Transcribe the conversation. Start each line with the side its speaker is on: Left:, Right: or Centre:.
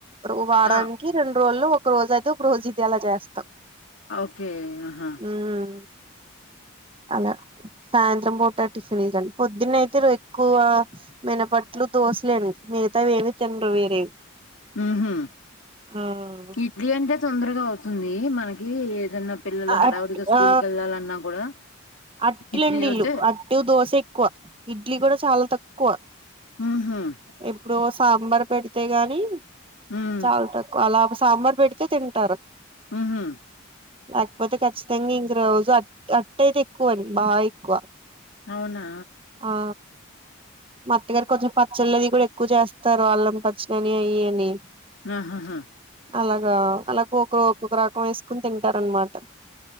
Right: రో వారానికి
Left: ఆ
Right: రెండు రోజులు ఒక రోజు అది ఒక రోజు ఇది అలా చేస్తాం
Left: ఓకే ఆహా
Right: ఉం అలా సాయంత్రం పూట టిఫిన్ లండి పొద్దున్న అయితే ఎక్కువ మినపట్లు దోశలేండి మిగతావివేమి తినరూ వేరే
Left: హు హామ్
Right: ఆ
Left: టి ఇడ్లీ అంటే తొందరగా అవుతుంది మనకి ఏదన్నా పిల్లలు
Right: అట్
Left: హడావుడిగా స్కూల్
Right: ఆ
Left: కెళ్లాలన్నా కూడా
Right: అట్లండి
Left: ఇడ్లీ అయితే
Right: ఇల్లు అట్టు దోశ ఎక్కువ ఇడ్లీ కూడా చాలా తక్కువ
Left: హు హామ్
Right: ఎప్పుడో సాంబార్ పెడితే గాని
Left: హ్మ్
Right: చాలా తక్ <unintelligible> అలా సాంబార్ పెడితే తింటారు
Left: హు హామ్
Right: లేకపోతే ఖచ్చితంగా ఇంకా రోజు అట్ అట్టు అయితే ఎక్కువ అండి బాగా ఎక్కువ
Left: అవునా
Right: ఆ మా అత్తగారు కొంచెం ప పచ్చాలది కూడా ఎక్కువ చేస్తారు అల్లం పచ్చడని అయ్యాని
Left: ఊహుహు
Right: అలాగా అలా ఒక్క ఒక్కొక్క రకం వేసుకుని తింటారనమాట